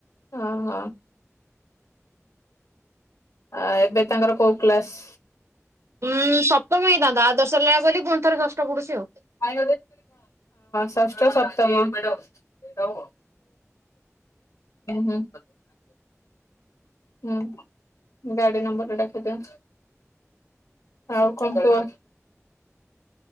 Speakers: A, on the left (about 75°); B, on the right (about 60°).
A: ହଁ ହଁ। ଆ, ଏବେ ତାଙ୍କର କୋଉ କ୍ଲାସ୍?
B: ଉୁଁ ସପ୍ତମ ହେଇଥାନ୍ତା, ଆଦର୍ଶ ରେ ଲେଆ ପୁଣି ଥରେ ଷଷ୍ଠ ପଡୁଛି ଆଉ।
A: ହ ହ ଷଷ୍ଠ, ସପ୍ତମ। ହୁଁ ହୁଁ। ହୁଁ, ଗାଡି ନମ୍ବର ଟା ଡାକିଦିଅ। ଆଉ କଣ କୁହ?